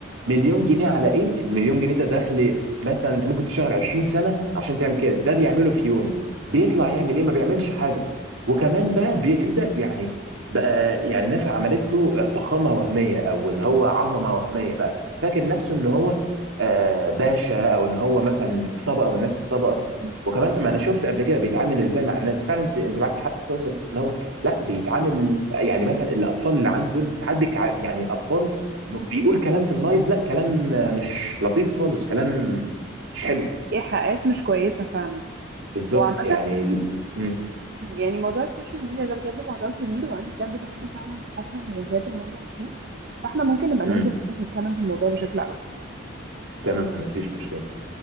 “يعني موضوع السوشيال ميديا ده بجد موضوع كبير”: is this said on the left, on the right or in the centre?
Right